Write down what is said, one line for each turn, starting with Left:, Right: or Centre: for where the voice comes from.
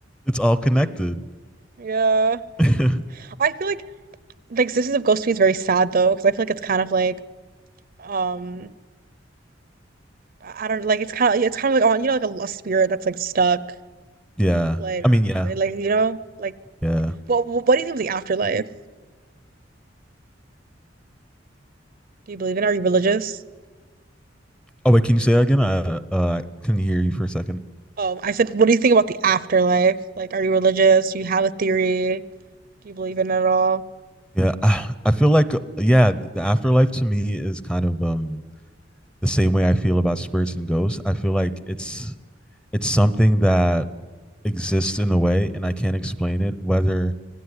Centre: it's all connected.
Right: Yeah.
Centre: <laughs>
Right: I feel like the existence of ghosts to me is very sad though, because I feel like it's kind of like um I I don't like it's kind of it's kind of like on you know like a, a spirit that's like stuck
Centre: yeah.
Right: Like,
Centre: I mean, yeah,
Right: like like, you know, like
Centre: yeah.
Right: what what do you think of the afterlife? Do you believe in? it? Are you religious?
Centre: Oh wait, can you say that again? I uh, I couldn't hear you for a second.
Right: Um, I said, what do you think about the afterlife? Like, are you religious? Do you have a theory? Do you believe in it at all?
Centre: Yeah, I, I feel like yeah, the afterlife to me is kind of um the same way I feel about spirits and ghosts. I feel like it's it's something that exists in a way, and I can't explain it. Whether